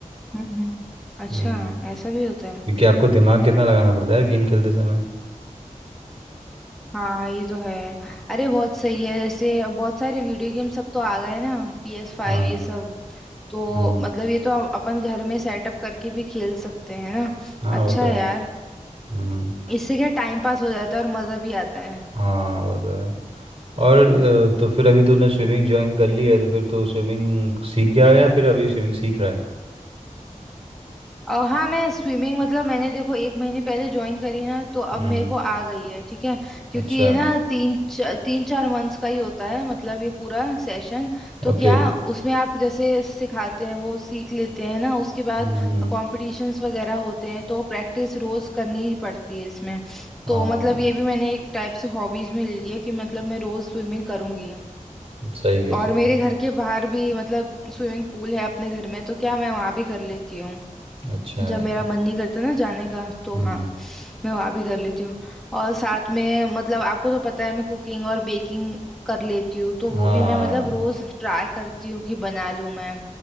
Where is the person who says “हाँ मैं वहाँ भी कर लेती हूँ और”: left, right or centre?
Centre